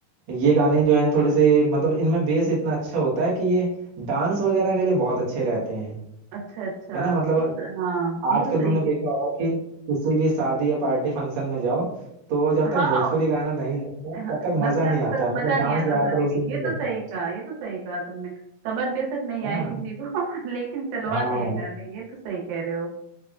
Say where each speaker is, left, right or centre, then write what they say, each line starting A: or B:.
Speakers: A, on the right; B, on the right.
A: ये गाने जो हैं थोड़े से मतलब इनमें बेस इतना अच्छा होता है कि ये डांस वगैरह के लिए बहुत अच्छे रहते हैं
B: अच्छा अच्छा
A: है ना मतलब
B: ये तो हाँ
A: आजकल
B: ये तो सही
A: तुमने देखा
B: है
A: होगा कि किसी भी शादी या पार्टी फंक्शन में जाओ तो जब तक
B: हाँ
A: भोजपुरी गाना नहीं लगता
B: हाँ,
A: तब तक
B: लगता
A: मजा नहीं
B: है तो
A: आता
B: तब
A: मतलब
B: मजा
A: डांस
B: नहीं आता
A: ज्यादातर
B: शादी
A: उसी
B: में
A: में
B: ये
A: ही करते
B: तो सही
A: हैं,
B: कहा ये तो सही कहा तुमने समझ बेशक नहीं
A: है
B: आए
A: ना
B: किसी को <laughs> लेकिन चलवाते
A: हाँ
B: हैं गाने ये तो सही कह रहे हो